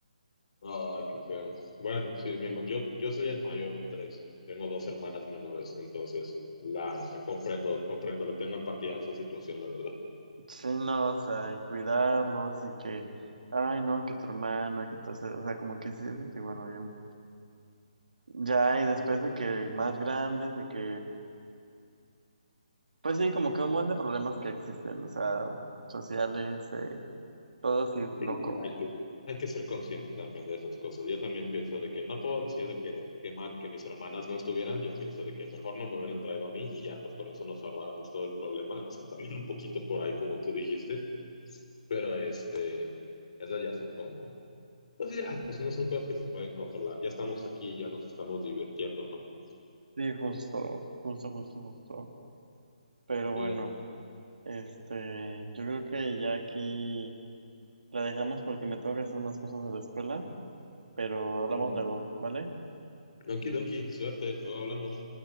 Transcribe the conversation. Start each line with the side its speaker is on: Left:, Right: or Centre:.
Left: Ay, qué feo. Bueno, sí, mi herma- yo, yo soy el mayor de tres. Tengo dos hermanas menores, entonces la comprendo, comprendo, le tengo empatía a esa situación, la verdad.
Right: Sí, no, o sea, y cuidarlos y que, ay, no, que tu hermano, que todo eso, o sea, como que sí, es de que, bueno, yo- ya, y después de que más grandes, de que, pues sí, como que un montón de problemas que existen, o sea, sociales, eh, todo así, loco.
Left: Sí, hay que, hay que ser consciente también de esas cosas. Yo también pienso de que no puedo decir de que, que, ma- que mis hermanas no estuvieran, yo pienso de que mejor no me hubieran traído a mí y ya, pues con eso nos ahorrábamos todo el problema, o sea, también un poquito por ahí como tú dijiste, pero este, esas ya son como, pues ya, pues no son cosas que se pueden controlar, ya estamos aquí, ya nos estamos divirtiendo, ¿no?
Right: Sí, justo, justo, justo, justo. Pero
Left: Ya.
Right: bueno, este, yo creo que ya aquí la dejamos porque me tengo que hacer unas cosas de la escuela, pero hablamos
Left: Mm.
Right: luego, ¿vale?
Left: Okidoki, suerte, luego hablamos.